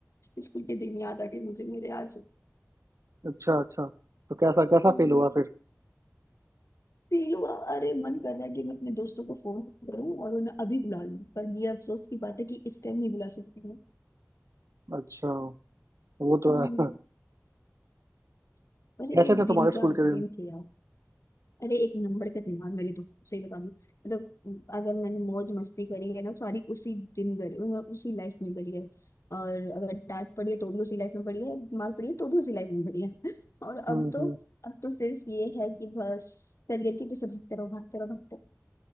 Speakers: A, on the left (about 70°); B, on the right (about 80°).
A: स्कूल के दिन याद आ गए मुझे मेरे आज
B: अच्छा अच्छा तो कैसा कैसा
A: हम्म,
B: फेल हुआ फिर
A: फील हुआ अरे मन कर रहा है कि मैं अपने दोस्तों को फोन करूं और उन्हें अभी बुला लूं पर ये अफसोस की बात है कि इस टाइम नहीं बुला सकती हूँ
B: अच्छा वो तो
A: हम्म,
B: है <laughs>
A: अरे
B: कैसे
A: वो
B: थे तुम्हारे
A: दिन क्या
B: स्कूल के
A: दिन
B: दिन
A: थे यार अरे एक नंबर के थे यार मेरे तो सही बता रही हूँ मतलब अगर मैंने मौज मस्ती करी है ना सारी उसी दिन करी उ- उसी लाइफ में करी है और अगर डांट पड़ी है तो भी उसी लाइफ में पड़ी है मार पड़ी है तो भी उसी लाइफ में पड़ी है <laughs> और अब
B: हम्म
A: तो
B: हम्म
A: अब तो सिर्फ ये है कि बस करियर के पीछे भागते रहो भागते रहो भागते रहो